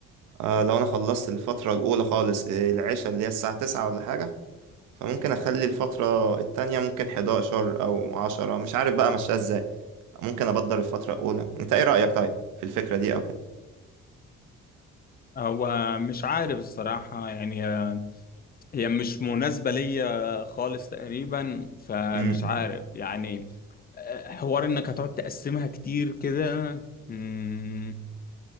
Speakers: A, on the right; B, on the left.
A: آه، لو أنا خلصت الفترة الأولى خالص آه، العشاء اللي هي الساعة 9 ولا حاجة فممكن اخلي الفترة التانية ممكن 11 او 10 مش عارف بقى ماشية ازاي ممكن ابدر الفترة الاولى انت ايه رأيك طيب في الفكرة دي او كده
B: هو مش عارف الصراحة يعني هي هي مش مناسبة ليا خالص تقريبا فمش
A: امم
B: عارف يعني آه، حوار انك هتقعد تقسمها كتير كده مم،